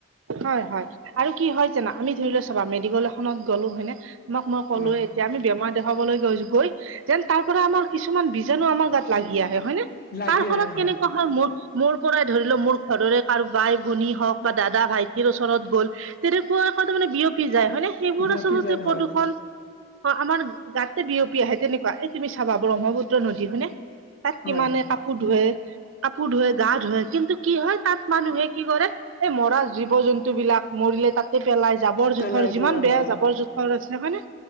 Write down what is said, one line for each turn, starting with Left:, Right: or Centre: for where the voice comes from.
Right: হয় হয়। আৰু কি হয় জানা, আমি ধৰি লোৱা চাবা মেডিকেল এখনত গ'লো হয়নে? তুমাক মই ক'লো
Left: হয়
Right: এ তিয়া আমি বেমাৰ দেখাবলৈ গৈছ গৈ যেন তাৰ পৰা আমাৰ কিছুমান বীজাণু আমাৰ গাত লাগি আহে হয়নে?
Left: লাগি
Right: তাৰ ফলত
Left: আহে
Right: কেনেকুৱা হয় মোৰ মোৰ পৰাই ধৰি লও, মোৰ ঘৰৰে কাৰো বাই -ভনী হওক বা দাদা- ভাইটিৰ ওচৰত গ'ল তেনেকুৱা এ তাৰমানে বিয়পি যায় হয় নে? সেইবোৰ
Left: বিয়পি
Right: আচলতে
Left: যায়
Right: প্ৰদূষণ
Left: হয়
Right: অ আমাৰ গাতে বিয়পি আহে। তেনেকুৱা এই তুমি চাবা ব্ৰহ্মপুত্ৰ নদী হয়নে? তাত
Left: হয়
Right: কিমানে কাপোৰ ধুৱে-কাপোৰ ধুৱে, গা ধোৱে, কিন্তু কি হয়, তাত মানুহে কি কৰে এই মৰা জীৱ জন্তুবিলাক মৰিলে তাত পেলাই জাবৰ -জোথৰ
Left: পেলাই
Right: যিমান
Left: দিয়া
Right: বেয়া
Left: হয়
Right: জাবৰ -জোথৰ আছে, হয় নে